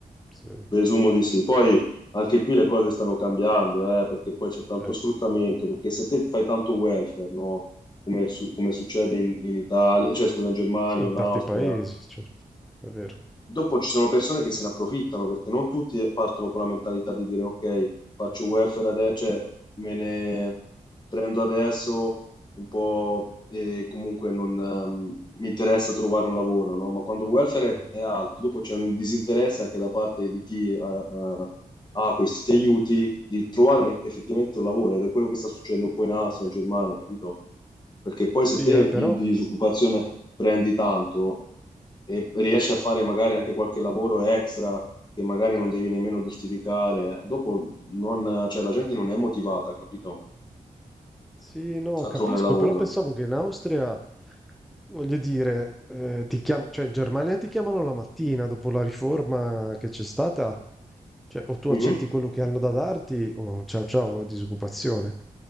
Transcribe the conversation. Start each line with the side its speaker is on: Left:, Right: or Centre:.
Centre: Sì,
Left: presumo di sì. Poi anche qui le cose stanno cambiando, eh, perché poi c'è tanto
Centre: certo.
Left: sfruttamento, perché se te fai tanto welfare, no? Come, su- come succede in, in Italia, cioè scusa, in Germania
Centre: Sì, in
Left: o in
Centre: tanti
Left: Austria,
Centre: paesi, certo, è vero.
Left: Dopo ci sono persone che se ne approfittano perché non tutti partono con la mentalità di dire ok, faccio welfare adesso, cioè me ne prendo adesso un po' e comunque non ehm, mi interessa trovare un lavoro, no? Ma quando il welfare
Centre: Mh-mh.
Left: è, è alto, dopo c'è un disinteresse anche da parte di chi ha, ha- ha questi aiuti di trovare un- effettivamente un lavoro ed è quello che sta succedendo un po' in Austria, in Germania, capito? Perché poi
Centre: Sì,
Left: se te
Centre: eh, però
Left: i- di disoccupazione prendi tanto e riesci a fare magari anche qualche lavoro extra che magari
Centre: sì.
Left: non devi nemmeno giustificare, dopo non, cioè, la gente non è motivata, capito?
Centre: Sì, no,
Left: A
Centre: capisco,
Left: trovare lavoro.
Centre: però pensavo che in Austria, voglio dire, eh, ti chiam- cioè in Germania ti chiamano la mattina dopo la riforma che c'è stata, cioè o tu
Left: Mhm.
Centre: accetti quello che hanno da darti o ciao ciao, eh, disoccupazione,